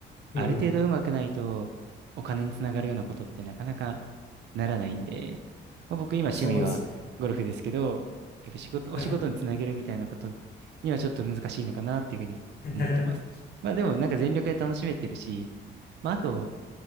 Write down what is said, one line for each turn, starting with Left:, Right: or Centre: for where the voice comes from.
Right: ある程度上手くないと、
Left: うんうん。
Right: お金につながるようなことってなかなかならないんで、まあ、僕今趣味はゴルフですけど、
Left: そうですね。
Right: やっぱ仕事、お仕事につなげるみたいなこと
Left: はい。
Right: にはちょっと難しいのかなっていうふうに思ってます。
Left: <laughs>
Right: まあでもなんか全力で楽しめてるし、まああと、